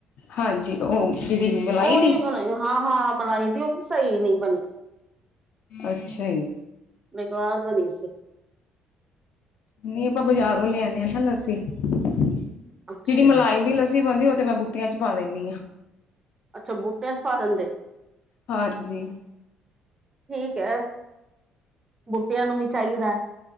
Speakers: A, on the left (about 50°); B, on the right (about 20°).
A: ਹਾਂਜੀ ਉਹ ਜਿਹੜੀ ਮਲਾਈ
B: ਉਹਦੀ
A: ਦੀ
B: ਬਣਾਈ ਹਾਂ ਹਾਂ ਮਲਾਈ ਦੀ ਉਹ ਸਹੀ ਨੀ ਬਣੀ।
A: ਅੱਛਾ ਜੀ।
B: ਬੇਕਾਰ ਬਣੀ ਸੀ।
A: ਨਹੀਂ ਆਪਾਂ ਬਾਜ਼ਾਰੋਂ ਲਿਆਣੇ ਆ ਨਾ ਲੱਸੀ ਜਿਹੜੀ
B: ਅੱਛਾ
A: ਮਲਾਈ ਦੀ ਲੱਸੀ ਬਣਦੀ ਉਹ ਮੈਂ ਬੂਟੀਆਂ ਚ ਪਾ ਦਿੰਦੀ ਹਾਂ
B: ਅੱਛਾ ਬੂਟਿਆਂ ਚ ਪਾ ਦਿੰਦੇ।
A: ਹਾਂਜੀ
B: ਠੀਕ ਹੈ ਬੂਟਿਆਂ ਨੂੰ ਵੀ ਚਾਹੀਦਾ।